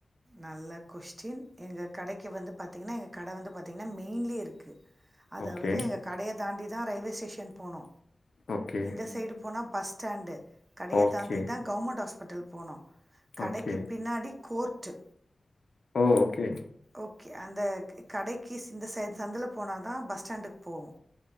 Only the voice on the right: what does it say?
நல்ல கொஸ்டின் எங்க கடைக்கு வந்து பாத்தீங்னா எங்க கட வந்து பாத் த்தீங்னா மெயின்லே இருக்கு அதாவது
எங்க கடைய தாண்டி தா ரயில்வே ஸ்டேஷன் போனு
இந்த சைடு போனா பஸ் ஸ்டாண்டு கடைய
தாண்டிதா கவர்மெண்ட் ஹாஸ்பிட்டல் போனு கடைக்கு
பின்னாடி கோர்ட்டு
ஓகே அந்த க கடைக்கு ஸ் இந்த சைடு சந்துல போனா தா பஸ் ஸ்டாண்டுக்கு போவோ